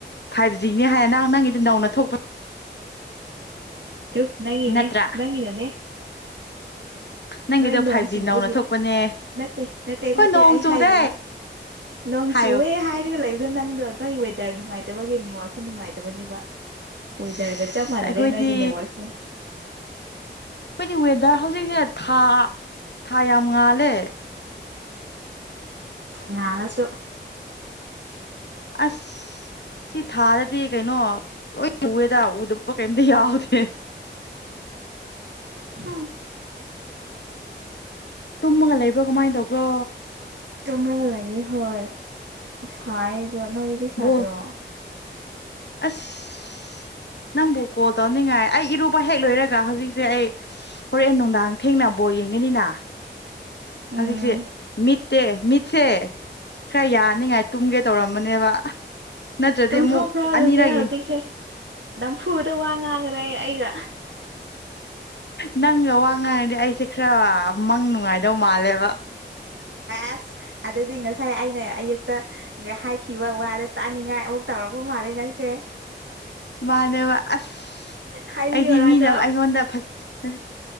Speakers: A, on the left; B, on the right.
A: ꯐꯥꯏꯚ ꯖꯤꯅꯤ ꯍꯥꯏꯌꯦ ꯅꯪ ꯅꯪꯒꯤꯗꯤ ꯅꯧꯅ ꯊꯣꯛꯄ
B: ꯇꯨ ꯅꯪꯉꯅꯦ
A: ꯅꯠꯇ꯭ꯔꯥ
B: ꯅꯪꯅꯅꯦ
A: ꯅꯪꯒꯤꯗꯣ
B: ꯅꯣꯏ ꯅꯣꯡ
A: ꯐꯥꯏꯚ
B: ꯆꯨꯕꯒꯤ
A: ꯖꯤ ꯅꯧꯅ ꯊꯣꯛꯄꯅꯦ ꯑꯩꯈꯣꯏ
B: ꯅꯠꯇꯦ ꯅꯠꯇꯦ ꯅꯠꯇꯦ
A: ꯅꯣꯡ
B: ꯑꯩ
A: ꯆꯨꯗꯦ
B: ꯍꯥꯏꯒꯦꯕ ꯅꯣꯡ
A: ꯍꯥꯏꯌꯣ
B: ꯆꯨꯑꯦ ꯍꯥꯏꯅꯒ ꯂꯩꯕꯗꯣ ꯅꯪꯗꯣ ꯅꯣꯏ ꯋꯦꯗꯔ ꯅꯨꯡꯉꯥꯏꯇꯕꯒꯤ ꯅꯦꯠꯋꯥꯛꯁꯨ ꯅꯨꯡꯉꯥꯏꯇꯕꯅꯤꯕ ꯋꯦꯗꯔꯒ
A: ꯑꯁ
B: ꯆꯞ ꯃꯥꯟꯅꯔꯦ
A: ꯑꯩꯈꯣꯏꯗꯤ
B: ꯅꯣꯏ ꯁꯦ
A: ꯑꯩꯈꯣꯏꯗꯤ ꯋꯦꯗꯔ ꯍꯧꯖꯤꯛꯁꯦ ꯊꯥ ꯊꯥ ꯌꯥꯝ ꯉꯥꯜꯂꯦ
B: ꯅꯂ ꯆꯣ
A: ꯑꯁ ꯁꯤ ꯊꯥꯗꯗꯤ ꯀꯩꯅꯣ ꯂꯣꯏ ꯎꯋꯦꯗ ꯎꯗꯕ ꯀꯩꯝꯇ ꯌꯥꯎꯗꯦ
B: ꯍꯥꯝ
A: ꯇꯨꯝꯃꯒ ꯂꯩꯕ꯭ꯔꯣ ꯀꯃꯥꯏꯅ ꯇꯧꯕ꯭ꯔꯣ
B: ꯆꯨꯝ꯭ꯔꯒ ꯂꯩꯌꯦ ꯍꯣꯏ ꯁꯥꯏꯗꯣ ꯅꯣꯏꯒꯤꯗꯤ ꯁꯥꯗ꯭ꯔꯣ
A: ꯕꯣꯜ ꯑꯁ ꯅꯪꯕꯨ ꯀꯣꯜ ꯇꯧꯅꯤꯡꯉꯥꯏ ꯑꯩ ꯏꯔꯨꯕ ꯍꯦꯛ ꯂꯣꯏꯔꯒ ꯍꯧꯖꯤꯛꯁꯦ ꯑꯩ ꯍꯣꯔꯦꯟ ꯅꯨꯡꯗꯥꯡ ꯊꯦꯡꯅꯕꯣ ꯌꯦꯡꯒꯅꯤꯅ
B: ꯎꯝ
A: ꯍꯧꯖꯤꯛꯁꯦ ꯃꯤꯠꯇꯦ ꯃꯤꯠꯁꯦ ꯈꯔ ꯌꯥꯅꯤꯉꯥꯏ ꯇꯨꯝꯒꯦ ꯇꯧꯔꯝꯕꯅꯦꯕ ꯅꯠꯇ꯭ꯔꯗꯤ
B: ꯇꯝꯊꯣꯛꯄ꯭ꯔꯣ
A: ꯑꯃꯨꯛ
B: ꯑꯗꯨꯗꯤ
A: ꯑꯅꯤꯔꯛ
B: ꯍꯧꯖꯤꯛꯁꯦ
A: ꯌꯦꯡ
B: ꯅꯝꯐꯨꯗ ꯋꯥ ꯉꯥꯡꯒꯗ꯭ꯔꯦ ꯑꯩꯒ
A: ꯅꯪꯒ ꯋꯥ ꯉꯥꯡꯉꯗꯤ ꯑꯩꯁꯦ ꯈꯔ ꯃꯪ ꯅꯨꯡꯉꯥꯏꯗꯧ ꯃꯥꯜꯂꯦꯕ
B: ꯑꯁ ꯑꯗꯨꯗꯤ ꯉꯁꯥꯏ ꯑꯩꯅ ꯑꯌꯨꯛꯇ ꯍꯥꯏꯈꯤꯕ ꯋꯥꯗ ꯇꯥꯅꯤꯡꯉꯥꯏ ꯑꯃꯨꯛ ꯇꯧꯔꯛꯄ ꯃꯥꯜꯂꯦ ꯅꯪꯁꯦ
A: ꯃꯥꯅꯦꯕ ꯑꯁ
B: ꯍꯥꯏꯕꯤꯌꯣꯔꯥ
A: ꯑꯩꯗꯤ ꯃꯤꯅ
B: ꯑꯗꯣ
A: ꯑꯩꯉꯣꯟꯗ ꯐꯖ